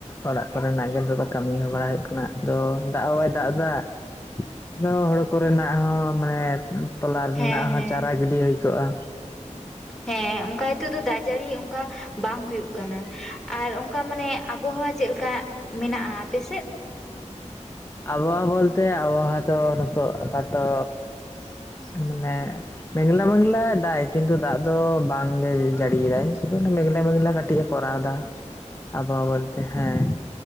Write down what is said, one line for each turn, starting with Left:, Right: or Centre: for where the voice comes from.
Left: ᱚᱲᱟᱜ ᱠᱚᱨᱮᱱᱟᱜ ᱜᱮ ᱱᱤᱛᱚᱜ ᱫᱚ ᱠᱟᱹᱢᱤ ᱦᱚᱸ ᱵᱟᱲᱟ ᱦᱩᱭᱩᱜ ᱠᱟᱱᱟ ᱟᱫᱚ ᱫᱟᱜ ᱦᱚᱵᱟᱭ ᱫᱟᱜᱼᱫᱟ ᱟᱫᱚ ᱦᱳᱲᱳ ᱠᱚᱨᱮᱱᱟᱜ ᱦᱚᱸ ᱢᱟᱱᱮ, ᱛᱚᱞᱟ ᱨᱮᱱᱟᱜ
Centre: ᱦᱮᱸ
Left: ᱦᱚᱸ
Centre: ᱦᱮᱸ
Left: ᱪᱟᱨᱟ ᱜᱤᱰᱤ ᱦᱳᱭ ᱠᱚᱜᱼᱟ᱾
Centre: ᱦᱮᱸ ᱚᱱᱠᱟ ᱦᱤᱛᱚᱜ ᱫᱚ ᱫᱟᱜ ᱡᱟᱹᱲᱤ ᱚᱱᱠᱟ ᱵᱟᱝ ᱦᱩᱭᱩᱜ ᱠᱟᱱᱟ ᱟᱨ ᱚᱱᱠᱟ ᱢᱟᱱᱮ, ᱟᱵᱚᱦᱟᱣᱟ ᱪᱮᱫ ᱞᱮᱠᱟ ᱢᱮᱱᱟᱜᱼᱟ ᱟᱯᱮᱥᱮᱫ᱾
Left: ᱟᱵᱚᱦᱟᱣᱟ ᱵᱚᱞᱛᱮ ᱟᱵᱚᱦᱟᱣᱟ ᱛᱚ ᱱᱤᱛᱚᱜ ᱟᱯᱟᱛᱚ
Centre: <inaudible>
Left: ᱢᱟᱱᱮ ᱢᱮᱸᱜᱞᱟ ᱢᱮᱜᱞᱟ ᱫᱟᱜ ᱮᱫ ᱠᱤᱱᱛᱩ ᱫᱟᱜ ᱫᱚ ᱵᱟᱝᱜᱮ ᱡᱟᱹᱲᱤᱭᱮᱫᱟᱭ ᱥᱩᱫᱷᱩ ᱚᱱᱟ ᱢᱮᱜᱞᱟ ᱢᱮᱜᱞᱟ ᱠᱟᱹ ᱠᱟᱹᱴᱤᱡ ᱮ ᱠᱚᱨᱟᱣ ᱫᱟ ᱟᱵᱦᱟᱣᱟ ᱵᱚᱞᱛᱮ ᱦᱮᱸ